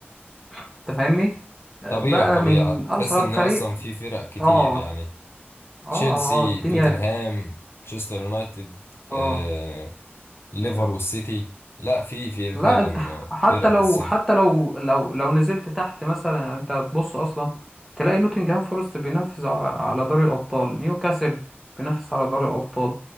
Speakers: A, in the centre; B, on the left (about 70°).
A: أنت فاهمني؟ آه،
B: طبيعي
A: بقى
B: طبيعي
A: من أصغر
B: تحس إن
A: فريق
B: أصلا في فرق كتير
A: آه
B: يعني
A: اه
B: تشيلسي
A: اه الدنيا
B: توتنهام مانشستر يونايتد
A: اه
B: آه، ليفر
A: آه،
B: والسيتي لا في في
A: لا
B: فعلا
A: انت ح-
B: آه،
A: حتى
B: فرق
A: لو
B: في السيتي
A: حتى لو لو لو نزلت تحت مثلا يعني انت هتبص اصلا تلاقي نوتنجهام فورست بينافس ع- على دوري الابطال نيوكاسل بينافس على دوري الابطال